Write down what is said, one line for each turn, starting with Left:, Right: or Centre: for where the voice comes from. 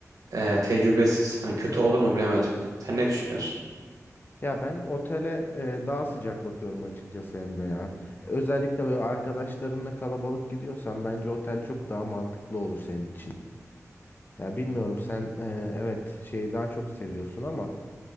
Right: e, tecrübesiz. Hani kötü olur mu bilemedim. Sen ne düşünüyorsun?
Left: Ya ben otele e, daha sıcak bakıyorum açıkçası Emre ya. Özellikle böyle arkadaşlarınla kalabalık gidiyorsan bence otel çok daha mantıklı olur senin için. Ya bilmiyorum sen e, evet şeyi daha çok seviyorsun ama